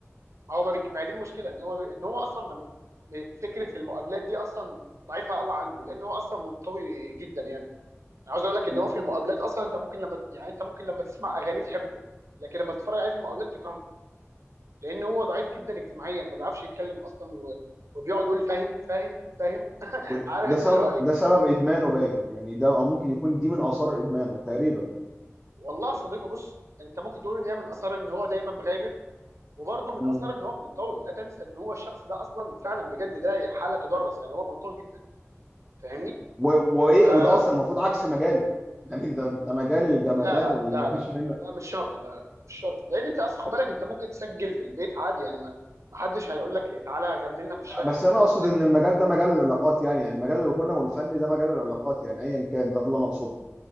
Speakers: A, on the right; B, in the centre.
A: ما هو ما, بيك... ما هي دي المشكله ان هو ب... ان هو اصلا ما... م- فكره المقابلات دي اصلا ضعيفه قوي عنده لان هو اصلا منطوي جدا يعني أنا عاوز اقول لك ان
B: مم.
A: هو في المقابلات اصلا انت ممكن لما يعني انت ممكن لما تسمع اغاني تحبه لكن لما تتفرج عليه في المقابلات تكرهه لان هو ضعيف جدا اجتماعيا ما بيعرفش يتكلم اصلا و... وبيقعد يقول فاهم فاهم فاهم <laughs>
B: وده
A: عارف
B: ده
A: انت
B: سبب
A: اللي هو ايه
B: ده سبب ادمانه باين يعني ده او ممكن يكون دي من اثار ادمانه تقريبا
A: والله يا صديقي بص يعني انت ممكن تقول ان هي من اثار ان هو دايما مغيب وبرده من
B: مم.
A: اثار ان هو منطوي لا تنسى ان هو الشخص ده اصلا فعلا بجد ده حاله تدرس يعني هو منطوي جدا فاهمني
B: و- وايه
A: فلا
B: وده اصلا المفروض عكس مجاله يعني انت انت مجال الجمدان
A: لا لا
B: واللي
A: لا
B: ما فيش
A: لا
B: منه
A: لا مش شرط لا لا مش شرط لان انت اصل خد بالك انت ممكن تسجل في البيت عادي يعني ما ما حدش هيقول لك تعالى غني لنا في الشارع
B: لا بس
A: يعني
B: انا
A: فاهم
B: اقصد
A: قصدي
B: ان المجال ده مجال العلاقات يعني يعني مجال الغنى والفن ده مجال العلاقات يعني ايا كان ده اللي انا اقصده